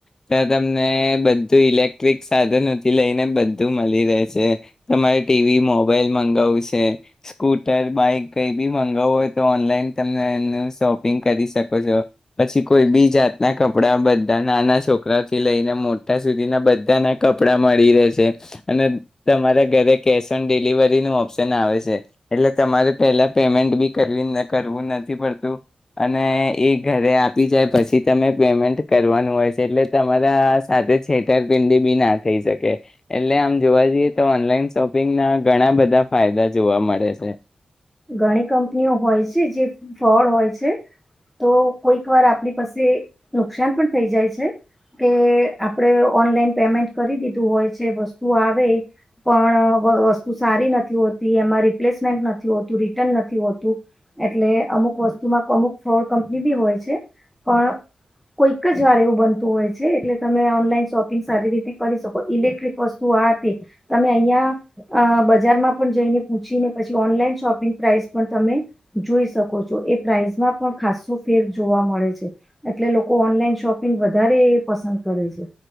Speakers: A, on the left; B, in the centre.
A: ત્યાં તમને બધું ઇલેક્ટ્રિક સાધનોથી લઈને બધું મળી રહેશે તમારે ટીવી મોબાઈલ મંગાવું છે સ્કૂટર બાઈક કંઈ બી મંગાવવું હોય તો ઓનલાઈન તમે એનું શોપિંગ કરી શકો છો પછી કોઈ બી જાતનાં કપડાં બધા નાના છોકરાઓથી લઈને મોટા સુધીના બધાના કપડાં મળી રહે છે અને તમારા ઘરે કેશ ઓન ડિલિવરીનું ઓપ્શન આવે છે એટલે તમારે પહેલાં પેમેન્ટ બી કરવી કરવું નથી પડતું અને એ ઘરે આપી જાય પછી તમે પેમેન્ટ કરવાનું હોય છે એટલે તમારા સાથે છેતરપિંડી બી ના થઈ શકે એટલે આમ જોવા જઈએ તો ઓનલાઈન શોપિંગના ઘણા બધા ફાયદા જોવા મળે છે
B: ઘણી કંપનીઓ હોય છે જે ફ્રોડ હોય છે તો કોઈક વાર આપણી પાસે નુકસાન પણ થઈ જાય છે કે આપડે ઓનલાઈન પેમેન્ટ કરી દીધું હોય છે વસ્તુ આવે પણ વસ્તુ સારી નથી હોતી એમાં રિપ્લેસમેન્ટ નથી ું રિટન નથી હોતું એટલે અમુક વસ્તુમાં અમુક ફ્રોડ કંપની બી હોય છે પણ કોઈક જ વાર એવું બનતું હોય છે એટલે તમે ઓનલાઈન શોપિંગ સારી રીતે કરી શકો ઇલેક્ટ્રિક વસ્તુ આ હતી તમે અહીંયા બજારમાં પણ જઈને પૂછીને પછી ઓનલાઈન શોપિંગ પ્રાઇસ પણ તમે જોઈ શકો છો એ પ્રાઇસમાં પણ ખસ્સો ફેર જોવા મળે છે એટલે લોકો ઓનલાઈન શોપિંગ વધારે પસંદ કરે છે